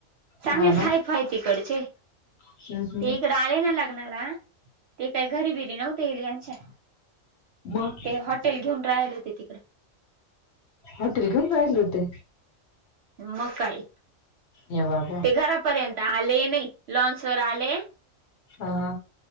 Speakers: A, on the right; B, on the left.
A: चांगलेच
B: हा ना
A: हायफाय तिकडचे.
B: हम्म हम्म.
A: ते इकडं आले ना लग्नाला, ते काय घरी बिरी नव्हते इले यांच्या.
B: मग
A: ते हॉटेल घेऊन राहिले होते तिकडं.
B: हॉटेल घेऊन राहिले होते.
A: म काय.
B: ये बाबा
A: ते घरापर्यंत आले ही नाही, लौन्स वर आले
B: हा हा.